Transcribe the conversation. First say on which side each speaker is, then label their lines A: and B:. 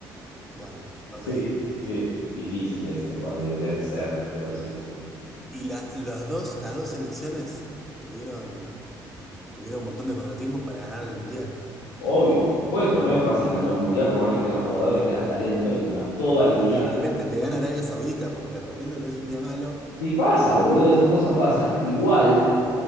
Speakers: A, in the centre; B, on the left (about 90°).
A: Bueno, ok.
B: Sí, sí. Difícil esa, igual de vencer, pero sí.
A: Y la- los dos, las dos selecciones tuvieron, tuvieron un montón de contratiempos para ganar el Mundial.
B: Obvio, por supuesto, no es fácil ganar un mundial por más que tengas jugadores, tengas talento y tengas todo alineado.
A: Porque de repente te gana Arabia Saudita, porque de repente tenés un día malo,
B: Y pasa, boludo, esas cosas pasan. Igual